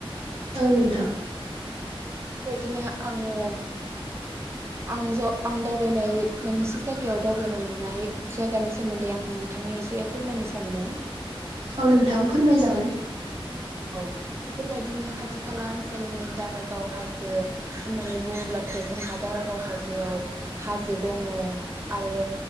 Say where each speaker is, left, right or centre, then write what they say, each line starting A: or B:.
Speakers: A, on the right; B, on the right.
A: औ नोंथां
B: बेबायदिनो आङो आं आं दावबायनाय मोननैसो जायगायाव दावबायनो मोननाय जायगानि सोमोन्दै आं नोंथांनि एसे फोरमायनो सानदों।
A: औ नोंथां फोरमायजागोन
B: औ बेफोरबायदिनो खाथि खाला ओनसोलनि दारागाव हाजो होननानै बुङोब्लाथ' जोंहा दारागाव हाजोआव हाजो दङ आरो